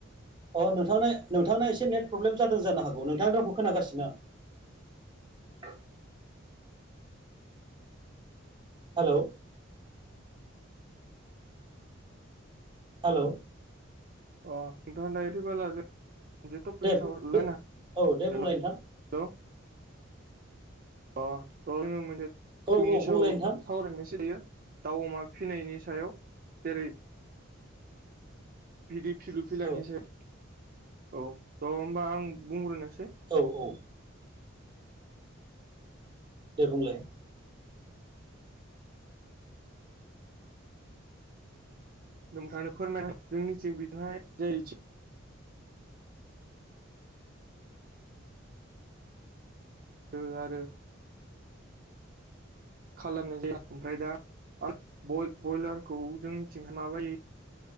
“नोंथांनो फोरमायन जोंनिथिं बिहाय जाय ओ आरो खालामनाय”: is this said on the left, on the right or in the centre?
Right